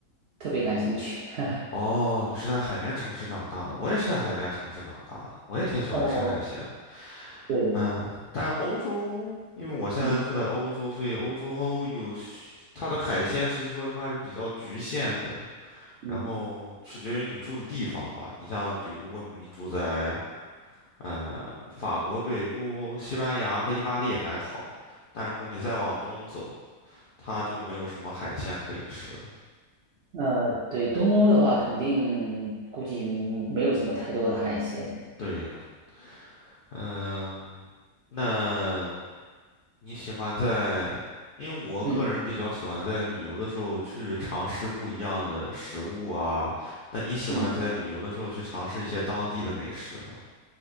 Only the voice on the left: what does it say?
哦，你是在海边城市长大的，我也是在海边城市长大的，我也挺喜欢吃海鲜的。
嗯，但欧洲，因为我现在住在欧洲，
所以欧洲有许它的海鲜，其实说实话是比较局限的，
然后取决于你住的地方吧。你像比如如果你住在呃，法国北部、西班牙和意大利还好，但如果你再往东走，它就没有什么海鲜可以吃了。
对呀，嗯，那你喜欢在？因为我个人比较喜欢在旅游的时候去尝试不一样的食物啊。
那你喜欢在旅游的时候去尝试一些当地的美食吗？